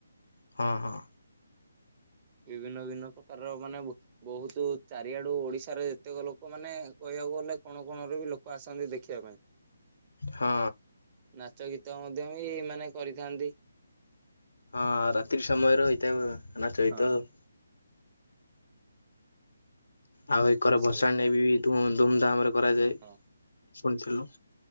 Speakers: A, on the left (about 70°); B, on the right (about 25°).
A: ହଁ ହଁ।
B: ବିଭିନ୍ନ ବିଭିନ୍ନ ପ୍ରକାରର ମାନେ ବହୁତ ଚାରିଆଡୁ ଓଡିଶାର ଯେତେକ ଲୋକ ମାନେ କହିବାକୁ ଗଲେ କଣ କଣ ର ବି ଲୋକ ଆସନ୍ତି ଦେଖିବା ପାଇଁ।
A: ହଁ।
B: ନାଚ ଗୀତ ମଧ୍ୟ ବି ଏଇ ମାନେ କରିଥାନ୍ତି।
A: ହଁ ରାତି ସମୟରେ ହେଇଥାିଏ। ନାଚ
B: ହଁ
A: ଗୀତ ଆଉ। ଆଉ ଏକର
B: ପ୍ରସାଦ
A: ଭସାଣୀ ରେ ବି ଧୁମଧାମ ରେ କରାଯାଏ
B: ହଁ
A: ଶୁଣିଥିଲୁ।